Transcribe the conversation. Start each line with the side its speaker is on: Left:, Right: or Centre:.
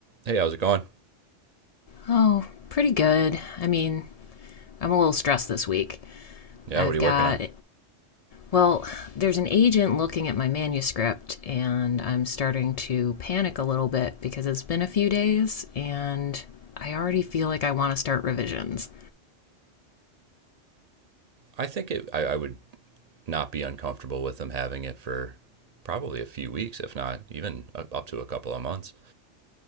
Right: Hey, how's it going?
Left: Oh, pretty good. I mean, I'm a little stressed this week.
Right: Yeah,
Left: I've
Right: what are you
Left: got,
Right: working on?
Left: well, there's an agent looking at my manuscript, and I'm starting to panic a little bit because it's been a few days, and I already feel like I want to start revisions.
Right: I think it, I, I would not be uncomfortable with them having it for probably a few weeks, if not even up to a couple of months.